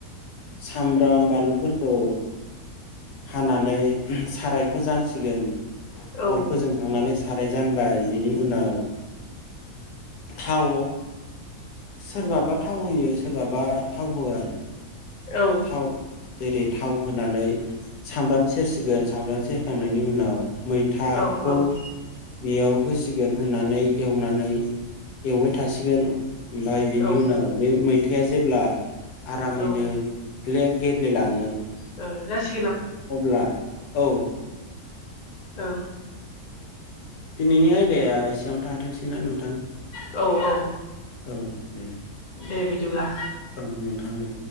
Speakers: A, on the left; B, on the left.
A: सामब्राम बानलुफोरखौ हानानै सारायखौ जानसिगोन
B: औ
A: अर फोजों खांनानै साराय जानबाय बिनि उनाव थाव सोरबाबा थाव होयो सोरबाबा थाव होआ आरो
B: औ
A: थाव जेरै थाव होनानै सामब्राम सेरसिगोन सामब्राम सेर फ थांनायनि उनाव मैथाखौ
B: औ औ
A: बेयाव होसिगोन होनानै एवनानै एवबाय थासिगोन ओमफ्राय बिनि
B: औ
A: उनाव बे मैथायआ जेब्ला आरामैनो
B: औ ओ
A: ग्लेब गेब्लेलांङो
B: <unintelligible>
A: अब्ला औ
B: औ
A: दिनैनि आयदाया एसेयावनो थाथोंसैना नोंथां
B: औ औ
A: औ दे
B: दे बिदिब्ला
A: औ थांदो